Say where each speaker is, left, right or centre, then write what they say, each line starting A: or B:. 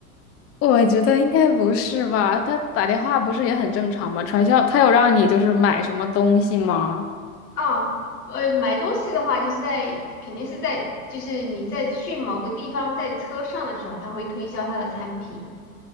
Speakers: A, on the left (about 30°); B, on the left (about 85°).
A: 我觉得应该不是吧？他打电话不是也很正常吗？传销，他有让你就是买什么东西吗？
B: <laughs> 啊。呃，买东西的话，就是在肯定是在就是你在去某个地方在车上的时候，他会推销他的产品，